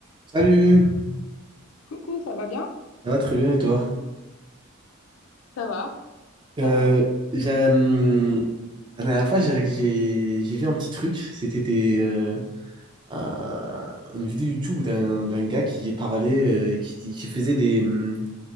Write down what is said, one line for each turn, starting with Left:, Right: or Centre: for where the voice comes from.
Right: Salut,
Left: Coucou, ça va bien?
Right: ça va très bien et toi?
Left: Ça va,
Right: Euh,
Left: ça va,
Right: j'ai, hum,
Left: vas-y.
Right: la dernière fois, j'ai j'ai- j'ai vu un petit truc. C'était des, euh, un- une vidéo YouTube d'un d'un gars qui parlait euh, et qui, qui faisait des, hum,